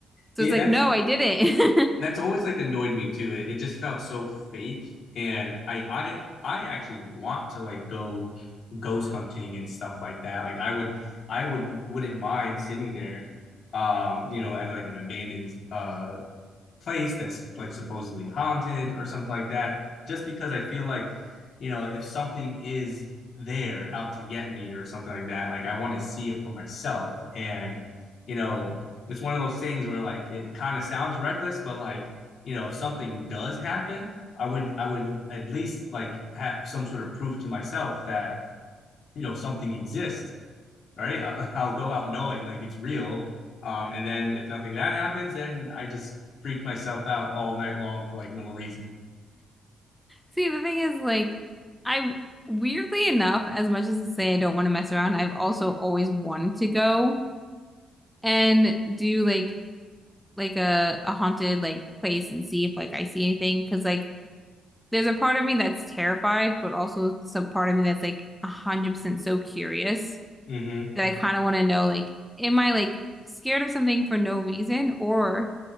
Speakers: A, in the centre; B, on the left (about 60°).
A: So
B: Yeah,
A: it's like,
B: that's
A: no, I didn't. <laughs>
B: that's always like annoyed me too. It, it just felt so fake, and I I I actually want to like go ghost hunting and stuff like that. Like I would I would wouldn't mind sitting there, um, you know, at like an abandoned uh place that's like supposedly haunted or something like that just because i feel like you know if something is there out to get me or something like that like i want to see it for myself and you know it's one of those things where like it, it kind of sounds reckless but like you know if something does happen i would i would at least like have some sort of proof to myself that you know something exists right? I'll, <laughs> I'll go out knowing like it's real. Um, and then if nothing that happens, then I just freak myself out all night long for like no reason.
A: See, the thing is, like, I weirdly enough, as much as to say I don't want to mess around, I've also always wanted to go and do like like a a haunted like place and see if like I see anything because like there's a part of me that's terrified, but also some part of me that's like a hundred percent so curious
B: Mm-hmm.
A: that I kind of want to know like am I like scared of something for no reason or